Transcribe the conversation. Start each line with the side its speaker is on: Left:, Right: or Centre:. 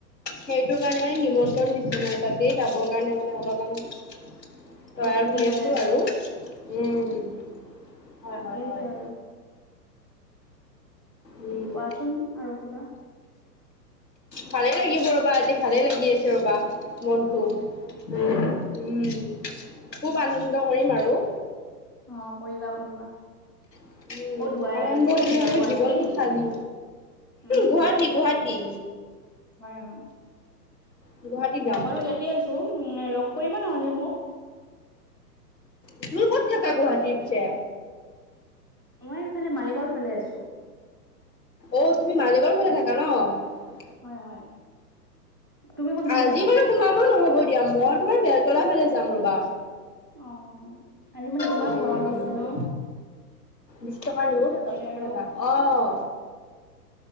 Left: সেইটো কাৰণে মানে নিমন্ত্ৰণ দিছো, মই তাতেই যাবৰ কাৰণে মানে অলপমান। তৈয়াৰ
Right: প্ৰস্তুতি
Left: কৰি
Right: চলাই
Left: আছো
Right: আছা
Left: আৰু।
Right: উম
Left: উম'। হয়,
Right: ঠিকে
Left: হয়,
Right: আছে
Left: হয়।
Right: বাৰু
Left: উম
Right: কোৱাচোন আৰু কিবা?
Left: ভালে লাগিব ৰ'বা, আজি ভালে লাগি আছে ৰ'বা। মনটো
Right: অ
Left: উম,। উম' খুব আনন্দ কৰিম আৰু।
Right: অ কৰিবা কৰিবা।
Left: উম,
Right: ক'ত ও আই,
Left: আনন্দৰ
Right: ক'ত
Left: অবিহনে
Right: আহিবা গুৱাহাটীতে
Left: জীৱনটো
Right: নেকি
Left: খালী।
Right: উম,।
Left: গুৱাহাটী গুৱাহাটী।
Right: হয় হয়।
Left: গুৱাহাটী যাম।
Right: মই বাৰু ইয়াতে আছো। উম' লগ কৰিবা নহ'লে মোক।
Left: তুমি ক'ত থাকা, গুৱাহাটীৰ পিছে।
Right: মই এইফালে, মালিগাঁওৰ ফালে আছো।
Left: অহ' তুমি মালিগাঁওৰ ফালে থাকা ন।
Right: হয়, হয়। তুমি কোনফালে
Left: আজি
Right: যাবা
Left: বাৰু সোমাব নহব দিয়া মই তোমাৰ বেলতলা ফালে যাম ৰবা।
Right: অহ' আজি মানে ইমান
Left: উম,
Right: গৰম দিছে ন।
Left: বিশ টকাৰ ৰল
Right: তাতে
Left: দশ টকাৰ
Right: আৰু
Left: পাবা। অহ,।